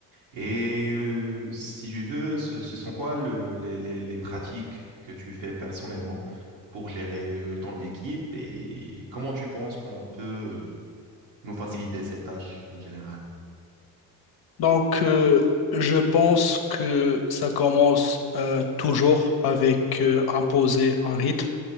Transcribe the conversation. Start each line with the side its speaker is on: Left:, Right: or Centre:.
Right: Et euh, si tu veux, ce, ce sont quoi le- les, les, les pratiques que tu fais personnellement pour gérer euh, ton équipe et comment tu penses qu'on peut euh, nous faciliter ces tâches en général?
Left: Donc, euh, je pense que ça commence euh, toujours avec euh, imposer un rythme